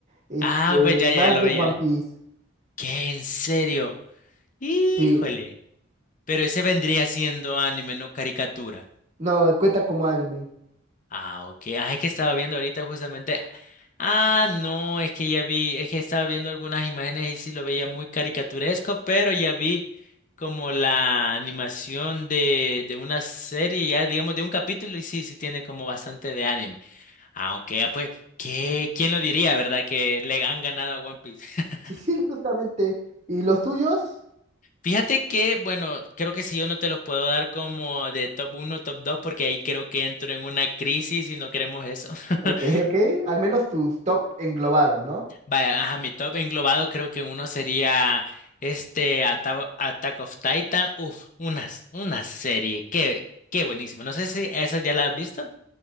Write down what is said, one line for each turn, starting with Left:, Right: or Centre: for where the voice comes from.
Right: este
Left: Ah, pues ya,
Right: más
Left: ya lo
Right: de
Left: veía.
Right: One Piece.
Left: ¿Qué? ¿En serio? Híjole.
Right: Sí,
Left: Pero ese vendría siendo anime, no caricatura.
Right: no, cuenta como anime.
Left: Ah, ok. Ah, es que estaba viendo ahorita justamente. Ah, no, es que ya vi, es que estaba viendo algunas imágenes y sí lo veía muy caricaturesco, pero ya vi como la animación de, de una serie, ya digamos de un capítulo, y sí, sí tiene como bastante de anime. Ah, ok, ah, pues, ¿qué? ¿Quién lo diría, verdad? Que le han ganado a One Piece. <laughs>
Right: Sí, sí, justamente. ¿Y los tuyos?
Left: Fíjate que, bueno, creo que si yo no te los puedo dar como de top uno, top 2, porque ahí creo que entro en una crisis y no queremos eso. <laughs>
Right: Ok, ok. Al menos tus top englobado, ¿no?
Left: Vaya, ajá, mi top englobado creo que uno sería este Ata- Attack of Titan. Uf, unas, una serie. Qué, qué buenísimo. No sé si esa ya la has visto.